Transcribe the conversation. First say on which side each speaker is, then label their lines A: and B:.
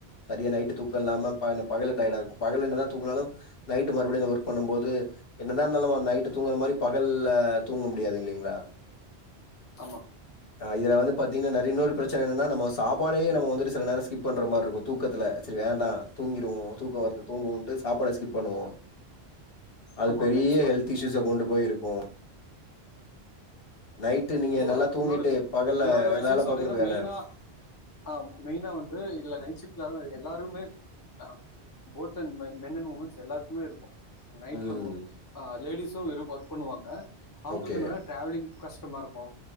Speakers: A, on the left; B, on the left.
A: சரியா நைட் தூக்கோ இல்லாம ப பகல்ல டயர்டா இருக்கு பகல்ல என்னதா தூங்குனாலு நைட் மறுபடியு அந்த ஒர்க் பண்ணும்போது என்னதா இருந்தாலு நைட்டு தூங்குற மாரி பகல்ல தூங்க முடியாது இல்லீங்ளா
B: ஆமா
A: இதுல வந்து பாத்தீங்கன்னா நெற இன்னொரு பிரச்சன என்னனா நம்மோ சாப்பாடயே நம்ம வந்துட்டு சில நேரோ ஸ்கிப் பண்ற மாரி இருக்கு தூக்கத்தில சரி வேண்டா தூங்கிடுவோ தூக்கோ வர்து தூங்குவோன்ட்டு சாப்பாட ஸ்கிப் பண்ணுவோ அது
B: ஆமா
A: பெரிய
B: கண்டிப்பா
A: ஹெல்த் இஷ்யூஷ்ஷ கொண்டு போயிருக்கு நைட்டு நீங்க
B: அதேதா
A: நல்லா தூங்கிட்டு
B: உன்னொடு
A: பகல்ல
B: இன்னொரு விஷ்யோ
A: வேல
B: சொன்னீங்கன்னா
A: பாக்குறது வேற.
B: மெய்னா ஆ மெய்னா வந்து இல்ல நைட் ஷிஃப்ட்லதா எல்லாருமே அ both an men and womens எல்லாருக்குமே இருக்கு நைட்ல
A: ம்.
B: மொ அ லேடிஸு வெறு ஒர்க் பண்ணுவாங்க அவுங்களுக்கு
A: ஓகே.
B: என்னனா டிராவலிங் கஷ் டமா இருக்கு